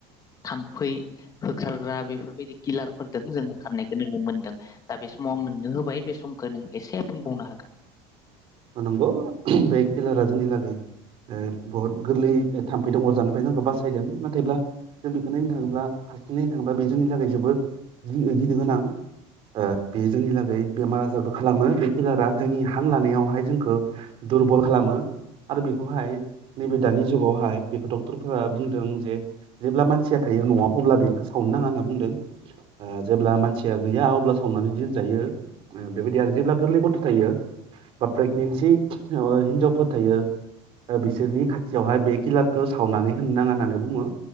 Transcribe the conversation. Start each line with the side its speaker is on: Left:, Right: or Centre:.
Left: थाम्फै होखारग्रा बेफोरबायदि किलारफोरदों जों होखारनायखौ नुनो मोनदों दा बे समाव
Right: उम
Left: आं नोंनो होबाय बे सम एसे बुंबावनो हागोन
Right: नंगौ बे किलारा जोंंनि लागै ओ बुहुत गोरलै थाम्फैदों अरजानिफ्राय जोंखौ बासायदों नाथायब्ला जों बेखौ नायनो थाङोब्ला नायनो थाङोबा बे जोंनि लागै जोबोद गि-गिनो गोनां ओ बे जोंनि लागै बेमार आजारबो खालामो बे किलारा जोंनि हां लानायावहाय जोंखौ दुरबल खालामो आरो बेखौहाय नैबे दानि जुगावहाय बेखौ डक्टरफोरा बुं दोंजे जेब्ला मानसिया थायो न'आव अब्ला बेखौ सावनो नाङा होनना बुंदों ओ जेब्ला मानसिया गैया अब्ला सावनानै दोनजायो बेबायदि आरो जेब्ला गोरलै गथ' थायो बा प्रेगनेन्सि ओ हिनजावफोर थायो बिसोरनि खाथियावहाय बे किलारखौ सावनानै होनो नाङा होननानै बुङो